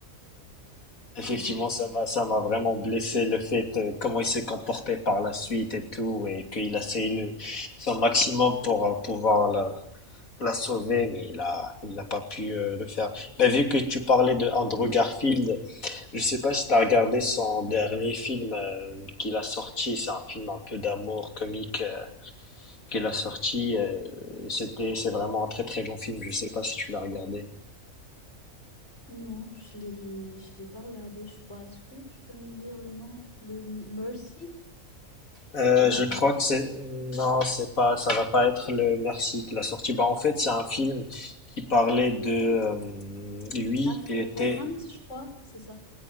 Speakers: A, on the left (about 80°); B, on the left (about 55°).
A: Effectivement,
B: un,
A: ça m'a, ça m'a
B: un
A: vraiment
B: troisième
A: blessé
B: film.
A: le fait euh, comment il s'est comporté par la suite et tout, et qu'il a essayé le- son maximum pour euh, pouvoir la, la sauver, mais il a, il n'a pas pu euh, le faire. Mais vu que tu parlais de Andrew Garfield, je sais pas si tu as regardé son dernier film euh, qu'il a sorti. C'est un film un peu d'amour comique euh, qu'il a sorti. euh, et c'était, c'est vraiment un très très bon film. Je sais pas si tu l'as regardé.
B: Non, je l'ai, je l'ai pas regardé, je crois. Est-ce que tu peux me dire le nom? Le Mercy?
A: Euh,
B: Non,
A: je
B: attends,
A: crois
B: c'est pas.
A: que c'est non, c'est pas, ça va pas être le Merci qui l'a sortie. Bah en fait, c'est un film qui parlait de euh, lui.
B: After
A: Il était
B: the Hunt, je crois, c'est ça.